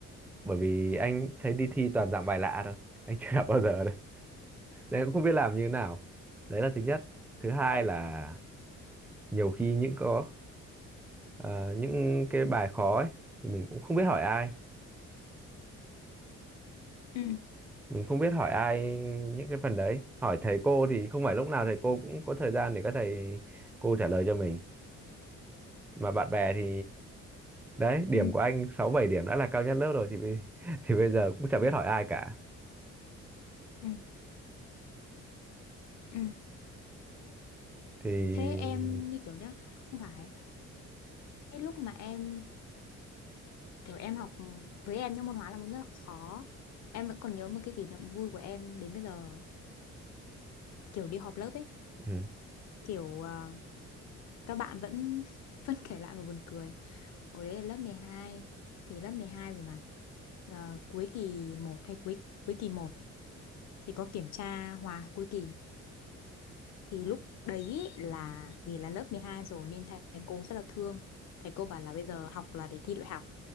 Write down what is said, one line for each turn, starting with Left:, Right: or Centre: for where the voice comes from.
Centre: bởi vì anh thấy đi thi toàn dạng bài lạ thôi anh chưa gặp bao giờ đấy nên cũng không biết làm như thế nào đấy là thứ nhất thứ hai là nhiều khi những có ờ, những cái
Left: ừ
Centre: bài khó ấy thì mình cũng không biết hỏi ai
Left: ừ
Centre: mình không biết hỏi ai những cái phần đấy hỏi thầy cô thì không phải lúc nào thầy cô cũng có thời gian để các thầy cô trả lời cho mình mà bạn bè thì đấy điểm
Left: ừ
Centre: của anh sáu bảy điểm đã là cao nhất lớp rồi thì bây- <laughs> thì bây giờ cũng chả biết hỏi ai cả
Left: ừ ừ
Centre: thì
Left: thế em như kiểu nhá không phải cái lúc mà em kiểu em học với em những môn hóa là môn rất là khó em vẫn còn nhớ một cái kỷ niệm vui của em đến bây giờ kiểu đi họp lớp ấy
Centre: ừ.
Left: kiểu à, các bạn vẫn <laughs> vẫn kể lại mà buồn cười hồi đấy là lớp mười hai thì lớp 12 rồi mà Ờ, cuối kỳ một hay cuối cuối kỳ một thì có kiểm tra hòa cuối kỳ thì lúc đấy ý là vì là lớp 12 rồi nên thầy cô rất là thương thầy cô bảo là bây giờ học là để thi đại học